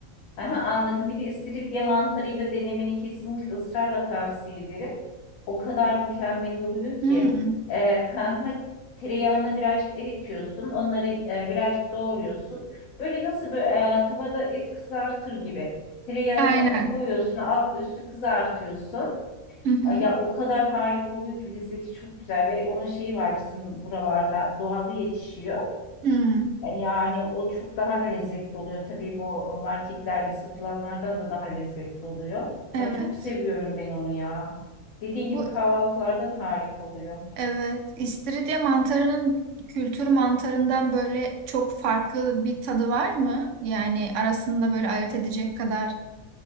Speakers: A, on the left; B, on the right.
A: Aha, anladım. Bir de istiridye mantarıyla denemeni kesinlikle ısrarla tavsiye ederim. O kadar mükemmel oluyor ki.
B: Hmm,
A: Ee, ha, ha, tereyağını birazcık eritiyorsun. Onları e, birazcık doğruyorsun. Böyle nasıl böyle, e, tavada et kızartır gibi. Tereyağını
B: aynen.
A: koyuyorsun. Altlı üstü kızartıyorsun.
B: Hı hı.
A: Ay ya o kadar harika oluyor ki lezzeti çok güzel ve onun şeyi var bizim buralarda doğalı yetişiyor.
B: Hmm,
A: E, Yani o çok daha lezzetli oluyor. Tabii bu marketlerde satılanlardan da daha lezzetli oluyor.
B: evet.
A: Ben çok seviyorum ben onu ya. Dediğin gibi
B: Bu
A: kahvaltılardan harika oluyor.
B: Evet, istiridye mantarının kültür mantarından böyle çok farklı bir tadı var mı? Yani arasında böyle ayırt edecek kadar,